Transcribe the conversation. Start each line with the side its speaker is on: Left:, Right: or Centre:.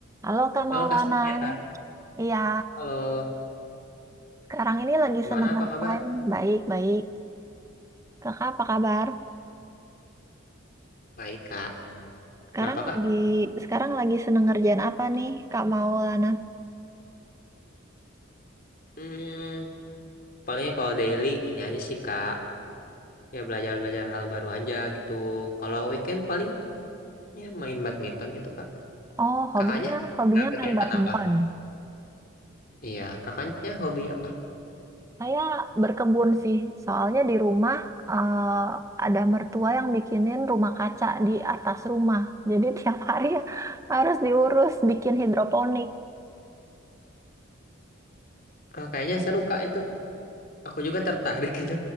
Right: Halo Kak Maulana,
Left: Halo Kak Sintia.
Right: iya
Left: Halo,
Right: sekarang ini lagi
Left: gimana
Right: seneng
Left: apa
Right: ngapain?
Left: kabar?
Right: Baik, baik. Kakak apa kabar?
Left: Baik Kak.
Right: Sekarang
Left: Kenapa
Right: lagi
Left: Kak?
Right: sekarang lagi seneng ngerjain apa nih Kak Maulana?
Left: Hmm, paling kalau daily ini aja sih Kak. Ya belajar-belajar hal baru aja gitu. Kalau weekend paling ya main badminton gitu Kak.
Right: Oh, hobinya
Left: Kakaknya?
Right: hobinya
Left: Ada Kegiatan
Right: main badminton.
Left: apa? Iya, kakaknya hobi apa?
Right: Saya berkebun sih, soalnya di rumah eh, ada mertua yang bikinin rumah kaca di atas rumah. Jadi tiap hari <laughs> harus diurus bikin hidroponik.
Left: Ah, kayaknya seru Kak itu. Aku juga tertarik <laughs> gitu.